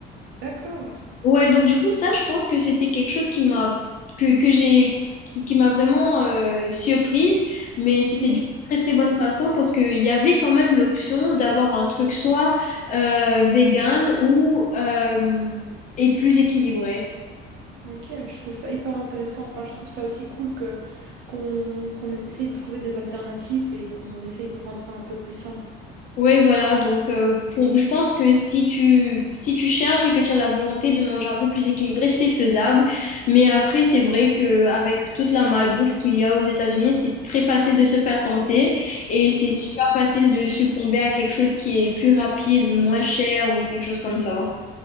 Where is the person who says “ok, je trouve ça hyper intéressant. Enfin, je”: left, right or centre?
Right